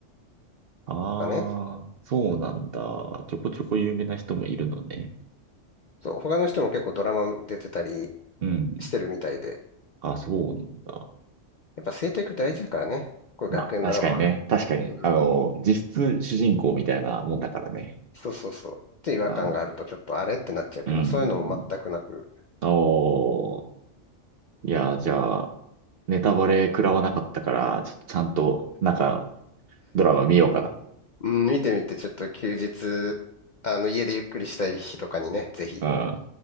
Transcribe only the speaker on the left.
かね。
そう、他の人も結構ドラマ出てたり
してるみたいで。
やっぱ生徒役大事だからね。これ学園ドラマは。
うん。
そうそうそう。って違和感があるとちょっとあれってなっちゃうけど、
そういうのも全くなく。
うん、見てみてちょっと休日、あの、家でゆっくりしたい日とかにね、ぜひ。